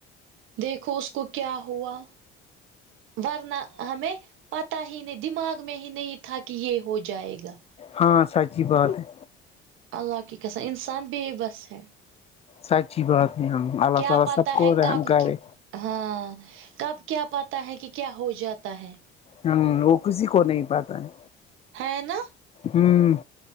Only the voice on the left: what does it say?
ہاں سچی بات ہے
سچی بات ہے ہم اللہ
تعالی
سب
کو رحم
کرے
ہمم وہ کسی کو نہیں پتہ ہے
ہوں